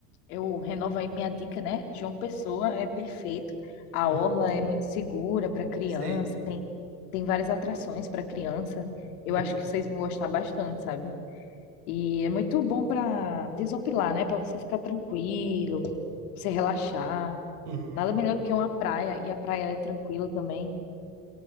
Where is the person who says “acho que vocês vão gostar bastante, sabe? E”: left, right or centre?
Left